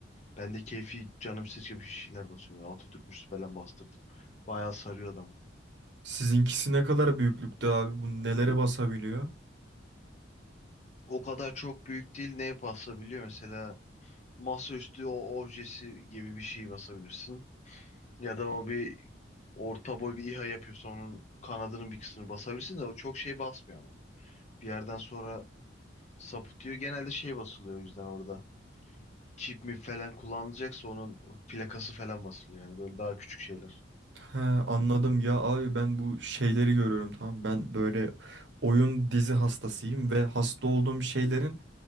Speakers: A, on the left; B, on the right.
A: Ben de keyfi canım seçiyor bir şeyler basıyorum. Böyle Atatürk müzesi falan bastırdım. Bayağı sarıyor adamı.
B: Sizinkisi ne kadar büyüklükte abi? Bu nelere basabiliyor?
A: O kadar çok büyük değil. Ne basabiliyor? Mesela masaüstü o objesi gibi bir şey basabilirsin. Ya da o bir orta boy bir İHA yapıyorsa onun kanadının bir kısmını basabilirsin de o çok şey basmıyor ama. Bir yerden sonra sapıtıyor. Genelde şey basılıyor o yüzden orada. Çip mi falan kullanılacaksa onun plakası falan basılıyor. Yani böyle daha küçük şeyler.
B: He anladım ya abi ben bu şeyleri görüyorum tamam. Ben böyle oyun dizi hastasıyım ve hasta olduğum şeylerin